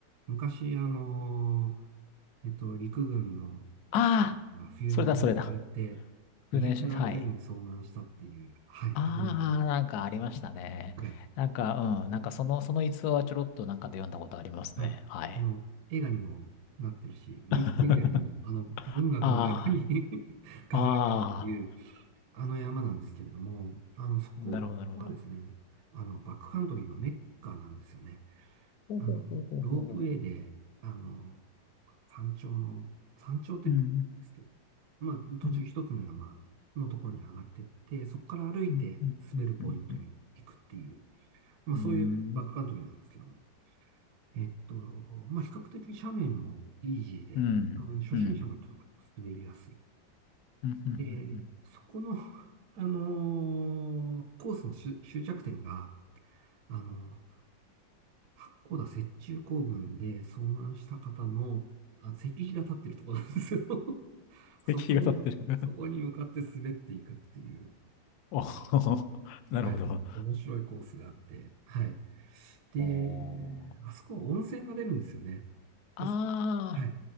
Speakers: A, on the right (about 70°); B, on the left (about 70°).
A: 昔、あのーえっと、陸軍の
B: ああ、
A: 冬の演習やって、
B: それだ、それだ。訓練所、
A: 二百何十人遭難したっていう、
B: はい。
A: はい、
B: ああ、
A: あの山で。
B: なんかありましたね。
A: はい。
B: なんか、うん、なんかその、その逸話はちょろっとなんかで読んだことありますね。
A: はい。あの、
B: はい。
A: 映画にもなってるし、ウィキペディアでも、
B: <laughs>
A: あの、文学のように
B: ああ、
A: <laughs>
B: あ
A: 書かれてるっていあの山なんですけれども、あの、そこはですね、
B: あ、なるほど、なるほど。
A: あの、バックカントリーのメッカなんですよね。
B: ほうほうほうほうほう
A: あの、ロープウェイで、あの、山頂の、山頂って言ってもいいんですけど、
B: うん、
A: まあ、途中一つの山のところに上がってって、
B: うん、
A: そこから歩いて滑るポイントに行くっていう、
B: うん、うん、うん、うん、
A: まあ、
B: うん、
A: そういうバックカントリーなんですけども。えっと、まあ、比較的斜面もイージーで、
B: うん、
A: あの、初心者の人とか滑りやすい。
B: うん、うん、うん、うん、
A: で、
B: うん、
A: そこの、<laughs> あのーコースの終終着点が、あのー八甲田雪中行軍で遭難した方の、あ、石碑が立ってるところなんですよ。<laughs> そこに、
B: 石碑が立ってる <laughs>
A: そこに向かって滑っていくっていう、
B: おー、なるほど。
A: はい、面白いコースがあって、はい。で、
B: おー。
A: あそこは温泉が出るんですよね。です、
B: あ
A: はい。